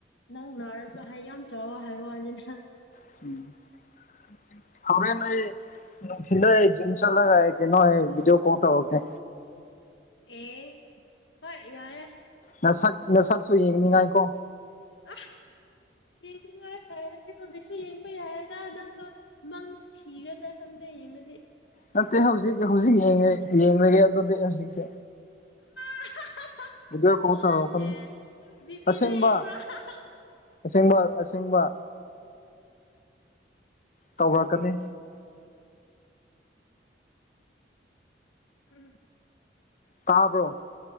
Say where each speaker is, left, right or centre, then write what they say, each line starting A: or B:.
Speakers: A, on the left; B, on the left.
A: ꯅꯪ ꯅꯥꯔꯁꯨ ꯍꯩ ꯌꯥꯝ ꯆꯥꯎꯋꯣ ꯍꯥꯏꯕ ꯋꯥꯅꯤꯗ
B: <unintelligible> ꯍꯧꯔꯦꯟ ꯑꯩ ꯅꯨꯡꯊꯤꯟꯗ ꯖꯤꯝ ꯆꯠꯂꯒ ꯑꯩ ꯀꯩꯅꯣ ꯚꯤꯗꯤꯑꯣ ꯀꯣꯜ ꯇꯧꯔꯛꯀꯦ
A: ꯑꯦ ꯍꯣꯏ ꯌꯥꯏꯌꯦ
B: ꯅꯁꯛ ꯅꯁꯛꯁꯨ ꯌꯦꯡꯅꯤꯉꯥꯏꯀꯣ
A: <unintelligible> ꯌꯦꯡꯅꯤꯡꯉꯥꯏ ꯍꯥꯏꯔꯗꯤ ꯍꯧꯖꯤꯛꯁꯨ ꯌꯦꯡꯕ ꯌꯥꯏꯗ ꯅꯪꯗꯣ ꯃꯪ ꯊꯤꯔꯗ꯭ꯔ ꯈꯪꯗꯦ ꯌꯦꯡꯔꯗꯤ
B: ꯅꯠꯇꯦ ꯍꯧꯖꯤꯛ ꯍꯧꯖꯤꯛ ꯌꯦꯡ ꯌꯦꯡꯔꯒꯦ ꯑꯗꯨꯗꯤ ꯍꯧꯖꯤꯛꯁꯦ
A: <unintelligible>
B: ꯚꯤꯗꯤꯑꯣ ꯀꯣꯜ ꯇꯧꯔꯛꯀꯅꯤ
A: ꯗꯤ ꯄꯤ
B: ꯑꯁꯦꯡꯕ
A: ꯗ ꯌꯦꯡꯕ꯭ꯔ <unintelligible>
B: ꯑꯁꯦꯡꯕ ꯑꯁꯦꯡꯕ ꯇꯧꯔꯛꯀꯅꯤ
A: <unintelligible>
B: ꯇꯥꯕ꯭ꯔꯣ